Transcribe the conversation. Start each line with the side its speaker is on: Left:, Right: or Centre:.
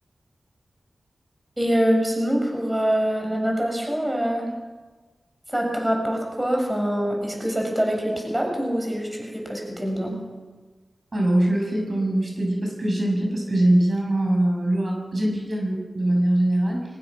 Centre: Et euh, sinon, pour euh, la natation, euh, ça te rapporte quoi? Enfin, est-ce que ça t'aide avec le pilate ou c'est juste tu le fais parce que t'aimes bien?
Right: Alors, je le fais comme je t'ai dit parce que j'aime bien, parce que j'aime bien euh, le rap- j'aime bien l'eau de manière générale.